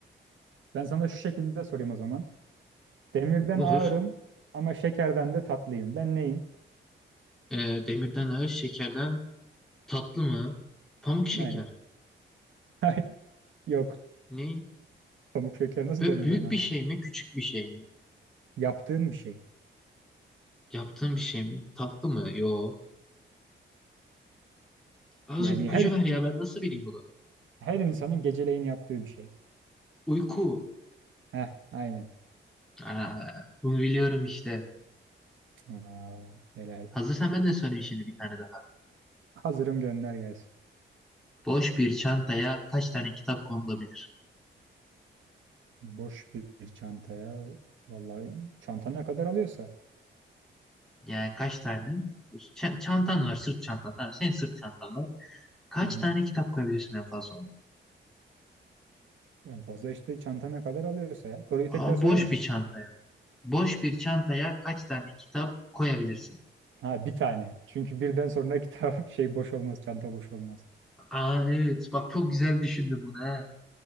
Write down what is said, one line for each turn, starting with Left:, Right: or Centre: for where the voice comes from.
Right: Ben sana şu şekilde sorayım o zaman. Demirden
Centre: Olur.
Right: ağırım ama şekerden de tatlıyım. Ben neyim?
Centre: E, demirden ağır, şekerden tatlı mı? Pamuk şeker.
Right: Aynen. <laughs> Ay, Yok.
Centre: Ne?
Right: Pamuk şeker nasıl
Centre: Böyle
Right: demirden
Centre: büyük
Right: ağır
Centre: bir şey
Right: olur?
Centre: mi, küçük bir şey mi?
Right: Yaptığın bir şey.
Centre: Yaptığın bir şey mi? Tatlı mı? Yo. Azıcık
Right: Yani
Centre: ipucu
Right: her
Centre: ver ya ben nasıl bileyim bunu?
Right: her insanın geceleyin yaptığı bir şey.
Centre: Uyku.
Right: Heh, aynen.
Centre: Aa, bunu biliyorum işte.
Right: Aa, helal.
Centre: Hazırsan ben de sorayım şimdi bir tane daha.
Right: Hazırım gönder gelsin.
Centre: Boş bir çantaya kaç tane kitap konulabilir?
Right: Boş bir, bir çantaya vallahi çanta ne kadar alıyorsa.
Centre: Yani kaç tane? Ç- çantan var, sırt çantan. Tamam, senin sırt çantan var. Kaç
Right: Hı hı.
Centre: tane kitap koyabilirsin en fazla ona?
Right: En fazla işte çanta ne kadar alıyorsa ya. Soruyu
Centre: Ama
Right: tekrar sorar
Centre: boş
Right: mısın?
Centre: bir çantaya. Boş bir çantaya kaç tane kitap koyabilirsin?
Right: Ha bir tane. Çünkü birden sonra kitap <laughs> şey boş olmaz, çanta boş olmaz.
Centre: Aa evet bak çok güzel düşündün bunu he.